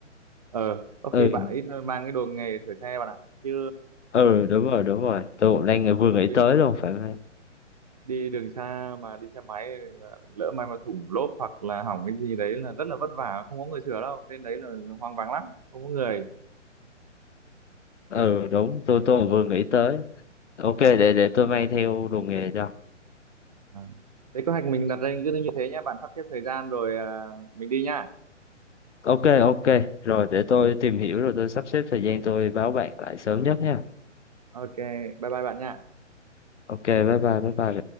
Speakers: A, on the right; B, on the left.
A: ờ có khi
B: ừ
A: bạn ít mang cái đồ nghề sửa xe bạn ạ chứ
B: ừ đúng rồi đúng rồi tôi cũng đang
A: chứ
B: vừa
A: không
B: nghĩ
A: đi
B: tới luôn phải không em?
A: đi đường xa mà đi xe máy lỡ may mà thủng lốp hoặc là hỏng cái gì đấy là rất là vất vả không có người sửa đâu trên đấy là hoang vắng lắm không có người
B: ừ đúng tôi tôi cũng vừa nghĩ tới ok để để tôi mang theo đồ nghề cho
A: à. thế kế hoạch mình đặt ra cứ như thế nhé bạn sắp xếp thời gian rồi à, mình đi nhá
B: ok ok rồi để tôi tìm hiểu rồi tôi sắp xếp thời gian tôi báo bạn lại sớm nhất nha
A: ok bye bye bạn nhá
B: ok bye bye bye bye bạn